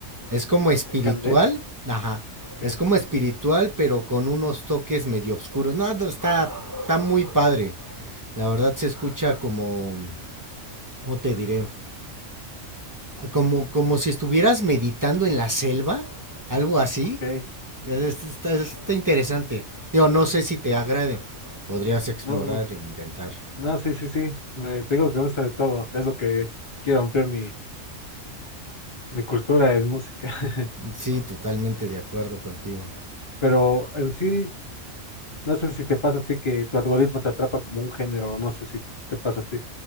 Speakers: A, on the right; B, on the left.
A: Es como espiritual,
B: Candé.
A: ajá.
B: Ok,
A: Es como espiritual, pero con unos toques medio oscuros. Nada, está, está muy padre. La verdad se escucha como, ¿cómo te diré? Como, como si estuvieras meditando en la selva, algo así.
B: ok.
A: Es- Está, está interesante. Digo, no sé si te agrade. Podrías explorar
B: No,
A: e intentar.
B: no, sí, sí, sí. Me, te digo que me gusta de todo. Es lo que quiero ampliar mi, mi cultura en música. <laughs>
A: Sí, totalmente de acuerdo contigo.
B: Pero en sí, no sé si te pasa a ti que tu algoritmo te atrapa como un género. No sé si te pasa a ti.